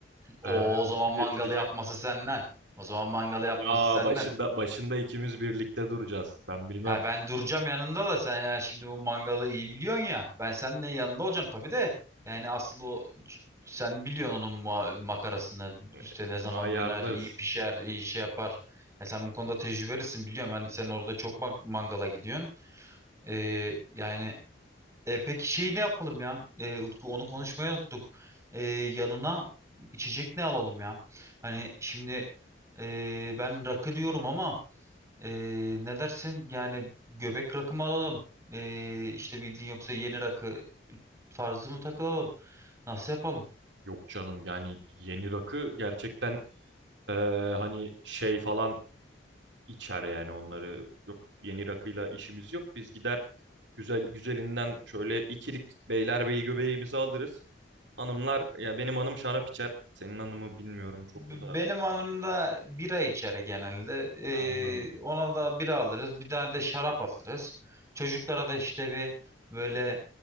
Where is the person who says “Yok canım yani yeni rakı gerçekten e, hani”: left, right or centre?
Right